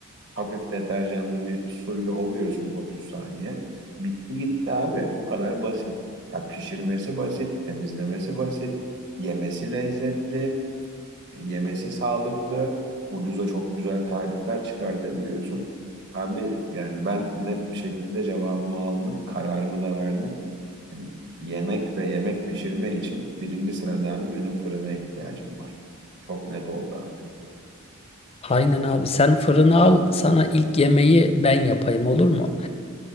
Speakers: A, on the right; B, on the left.
A: hafif deterjanlı bir suyla ovuyorsun 30 saniye. Bitti gitti abi. Bu kadar basit. Ya pişirmesi basit, temizlemesi basit, yemesi lezzetli. Yemesi sağlıklı. Ucuza çok güzel tarifler çıkartabiliyorsun. Abi yani ben net bir şekilde cevabımı aldım. Kararımı da verdim. Hani yemek ve yemek pişirme için birinci sırada abi benim fırına ihtiyacım var. Çok net oldu artık bu.
B: Aynen abi sen fırını al sana ilk yemeği ben yapayım olur mu?